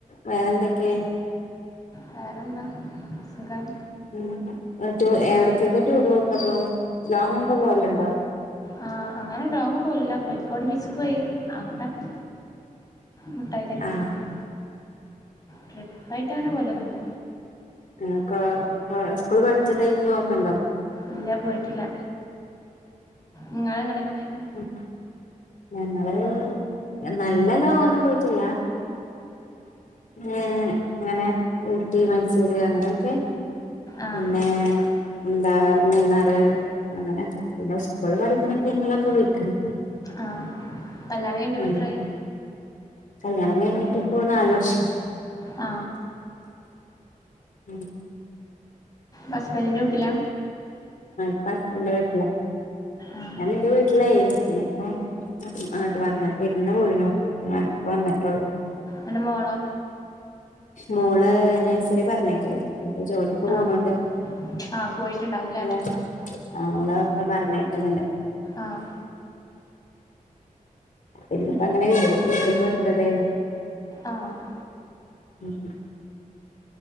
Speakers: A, on the left; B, on the left.
A: വേറെ എന്തൊക്കെയ
B: വറെന്താ സുഖം
A: ഉം എവിടക്കൊക്കെ ടൂർ പോക്ക് ലോങ് ഒക്കെ പോവലുണ്ടോ
B: ആഹ അങ്ങനെ ലോങ് പോലല്ല കോഴിക്കോട് ബീച്ചക്ക് പോയി അങ്ങട്ട് ഒകെ മുട്ടായി തരുവ്ക്ക്
A: ആഹ്
B: ഒകെ ട്രിപ്പായിട്ട് അങ്ങനെ പോലൊന്നല്ല
A: ആ ക സ്കൂൾ പഠിച്ച ടൈമന്ന് നോക്കണ്ടോ
B: ഇല്ല പോയിട്ടില്ല നിങൾ എങ്ങടെൊക്കെ പോയിക്ണ്
A: മും ഞങ്ങള് നല്ല ലോങ്ങ്‌ ഒന്നും പോയിട്ടില്ല ഏ അങ്ങനെ ഊട്ടി മൈസൂര് അങ്ങനെയൊക്കെ
B: ആഹ്
A: പിന്നെ എന്താ മൂന്നാറ് അങ്ങനെക്കെ പിന്നെ സ്കൂള് പഠിക്കുന്ന ടൈമിലൊക്കെ പോയിക്ക്ണ്
B: ആഹ് കല്യാണം കഴിഞ്ഞിട്ട് ഇപ്പൊ
A: ഉം
B: എത്രയായി.
A: കല്യാണം കഴഞ്ഞട്ടിപ്പോ നാല് വർഷം ആയി.
B: ആ
A: ഉം
B: ഹസ്ബൻ്റിൻ്റെ വീട്ടിലാ
A: ഹസ്ബൻ്റിൻ്റെ വീട്ടിലാ.
B: ആഹ്
A: ഞൻ എന്റെ വീട്ടിലായിരുന്നു. പിന്നെ ഇപ്പം അങ്ങട്ട് വന്ന വരുന്നു പോഴനു പിന്നെ വന്നിറ്റോളൂ.
B: എൻ്റെ മോളോ?
A: മോള് നഴ്സറി പറഞ്ഞയക്കല്ണ്ട്. പിന്നപ്പ ജോലിക്ക് പോണോണ്ട്
B: ആഹ് ആഹ് പോയിട്ടുണ്ടാവുംല്ലേ
A: ള ഒളൊക്കെ പറന്നയക്കലുണ്ട്.
B: ആഹ
A: പിന്നപ്പോ
B: ഉം
A: അങ്ങനെ ലീവ് ലീവ് എടുത്തതായിരുന്നു.
B: ആഹ്
A: ഉം